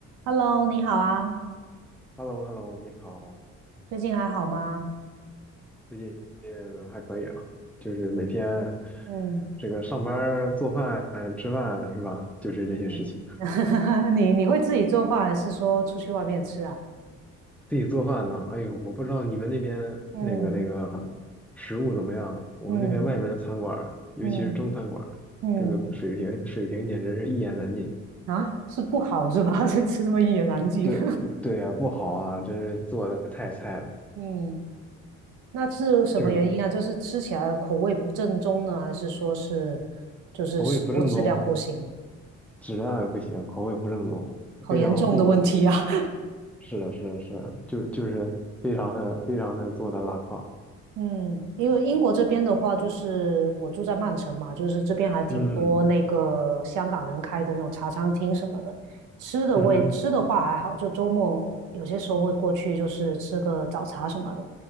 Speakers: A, on the right (about 85°); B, in the centre.
A: Hello，你好啊，
B: h e l l o h e l l o 你好，
A: 最近还好吗？
B: 最近嗯还可以啊，就是每天
A: 嗯
B: 这个上班儿做饭、吃饭是吧？就是这些事情。
A: 嗯 <laughs> 你你会自己做饭，还是说出去外面吃啊？
B: 自己做饭呢，哎呦，我不知道你们那边那个那个
A: 嗯
B: 食物怎么样，我们这边外面的餐馆儿尤其是中餐馆儿这个水平水平简直是一言难尽。
A: 嗯嗯嗯啊，是不好是吧？<laughs> 这这么一言难尽。
B: 对对呀，不好啊，真是做的太菜了，
A: <laughs> 嗯，那是什么原因啊？
B: 就是
A: 就是吃起来口味不正宗呢，还是说是就是食物质量不行？
B: 口味不正宗，质量也不行，口味不正宗，
A: 好严重的问题啊！
B: 非常的糊弄。是的，是的，是的，就就是非常的非常的做的拉胯，
A: 嗯，因为英国这边的话，就是我住在曼城嘛，就是这边还挺多那个香港人开的那种茶餐厅什么的。
B: 嗯
A: 吃的味，
B: 嗯哼，
A: 吃的话还好，就周末有些时候会过去，就是吃个早茶什么的，